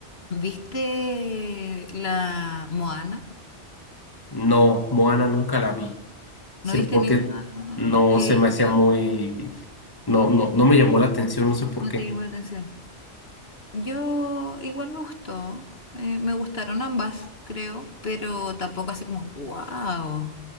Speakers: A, on the left; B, on the left.
A: viste la Moana?
B: No, Moana nunca la vi. Sí,
A: ¿No viste
B: porque
A: ni la...?
B: no
A: Porque
B: se me hacía
A: yo
B: muy... No, no, no me llamó la atención, no sé por
A: no
B: qué.
A: te llamó la atención. Yo igual me gustó, eh, me gustaron ambas, creo, pero tampoco así como, wow,